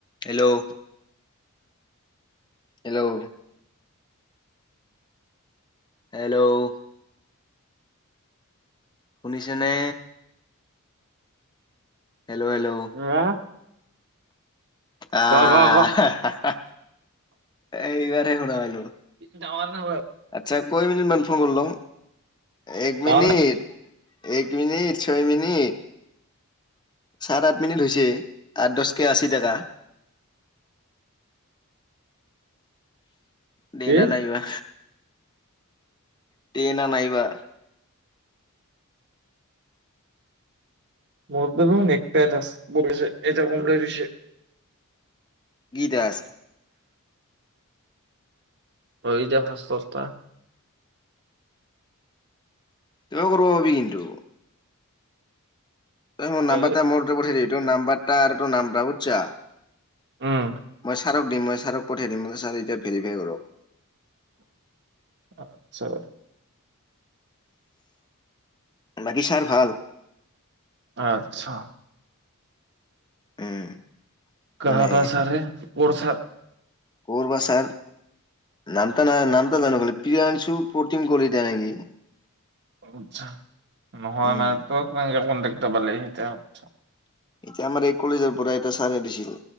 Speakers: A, on the left; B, on the right.
A: Hello hello hello শুনিছেনে? হেল্ল'-হেল্ল'
B: হা
A: আ
B: ক ক ক
A: হা-হা-হা! এইব শুনা পালোঁ
B: ডাঙৰ নহয়
A: আ্াৈ <unintelligible> ম নি মন ফোন কৰিলওঁ এক
B: ডাঙৰ
A: মিনিট? এক মিনিট, ছয় মিনিট, চাত আঠ মিনিট হৈছে, আঠ দশকে আশী টকা। দে
B: কি?
A: না নাই বা? তে ন নাইবা?
B: মোৰ দেন এক এটাছে এ কম্ দিছে।
A: গীতাস
B: হৈ যে শাস্তা
A: টোয়ু কৰব পাৰি কিন্তু! তই মোৰ নাম্বাৰতা,
B: ঐ
A: মুৰতু পঠাই দিবী, তুৰ নাম্বাৰত আৰু নাম বুজছা <unintelligible>
B: উম
A: মই ছাৰক দিম, মই ছাৰক পঠিয়াই দিম বোলে ছাৰ এতিয়া ভেৰিফাই কৰক।
B: আচছা।
A: বাকী ছাৰ ভাল?
B: আচ্ছা।
A: উম।
B: কাহাকা
A: মানে
B: চাৰ হে? কৰ চাৰ?
A: কৰবা ছাৰ! নামতা না নামটা জানো খাললে প্ৰিয়াংশু প্ৰতিম কলিতা নেকি!
B: আতছা। নহয়
A: উম,
B: মানে, তই পৰা ক ব সেইট হ <unintelligible>
A: এতিয়া আমাৰ এই কলেজৰ পৰা এটা ছাৰ দিছিল